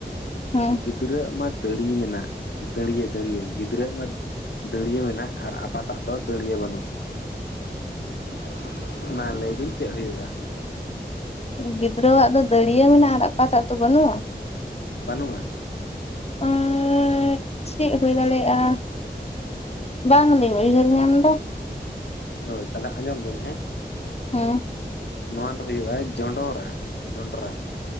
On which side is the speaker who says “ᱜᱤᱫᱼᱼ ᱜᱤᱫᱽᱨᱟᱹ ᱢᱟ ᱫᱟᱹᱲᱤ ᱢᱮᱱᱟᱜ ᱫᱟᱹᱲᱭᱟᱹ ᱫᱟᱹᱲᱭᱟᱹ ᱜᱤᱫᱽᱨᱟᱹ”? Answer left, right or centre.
Left